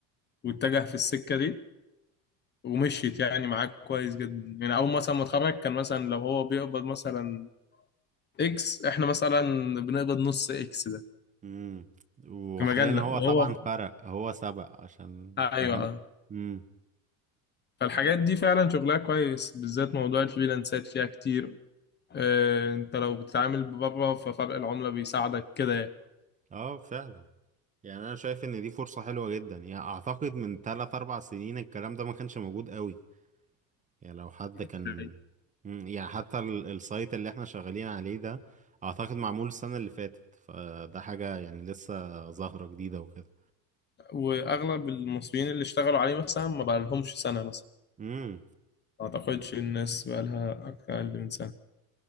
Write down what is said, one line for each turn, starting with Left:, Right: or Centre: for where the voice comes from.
Left: واتجه في السكه دي ومشيت يعني معاك كويس جدا يعني اول مثلا ما اتخرج كان مثلا لو هو بيقبض مثلا اكس احنا مثلا بنقبض نص اكس ده
Right: امم وحاليا
Left: في مجالنا
Right: هو
Left: وهو
Right: طبعا فرق هو سبق عشان
Left: ايوه
Right: الكلام ده امم ف...
Left: فالحاجات دي فعلا شغلها كويس بالذات موضوع الفريلانسات فيها كتير اه انت لو بتتعامل بره ففرق العملة بيساعدك كده
Right: اه فعلا يعني انا شايف ان دي فرصة حلوة جدا يعني اعتقد من 3 4 سنين الكلام ده ما كانش موجود قوي يعني لو حد
Left: يعني
Right: كان مم، يعني حتى ال- السايت اللي احنا شغالين عليه ده اعتقد معمول السنة اللي فاتت فده حاجة يعني لسه ظاهرة جديدة وكده
Left: واغلب المصريين اللي اشتغلوا عليه مثلا ما بقى لهمش سنة مثلا
Right: امم
Left: ما اعتقدش الناس بقى لها اقل من سنة